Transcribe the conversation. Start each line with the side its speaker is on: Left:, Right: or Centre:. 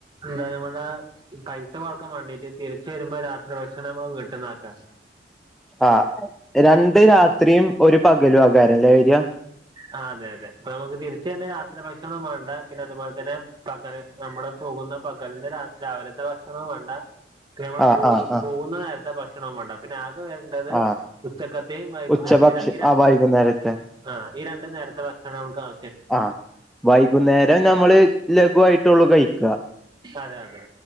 Right: എന്താ നമ്മടെ പൈസ കുറക്കം വേണ്ടീട്ട് തിരിച്ച വരുമ്പോ രാത്രി ഭക്ഷണ കിട്ടുന്നാക്കാം
Centre: ആഹ രണ്ട് രാത്രിയും ഒരു പകല ആകാരല്ലേര്
Right: ആ അതെ അതെ അപ്പൊ നമുക്ക് തിരിച്ച തന്നെ രാത്രി ഭക്ഷ- ഭക്ഷണം വേണ്ട പിന്നെ അതുപോലെ തന്നെ പകൽ നമ്മള് പോകുന്ന പകലന്ന് രാവിലത്തെ ഭക്ഷണം വേണ്ട നമ്മ
Centre: ആഹ് ആഹ്
Right: പോ
Centre: ആഹ് ആഹ്
Right: പോകുന്ന നേരത്തെ ഭക്ഷണവും വേണ്ട പിന്നെ ആ- വരേണ്ടത്
Centre: ആഹ്
Right: പുസ്തകത്തെയും വൈകുന്നേര-
Centre: ഉച്ചഭക്ഷ ആഹ് വൈകുന്നേരത്തെ
Right: ആ ഈ രണ്ടു നേരത്തെ ഭക്ഷണം നമു ആ
Centre: ആഹ വൈകുന്നേരം നമ്മള് ലഘുവായിട്ടള്ളൂ കഴിക്കുക
Right: അതെ അതെ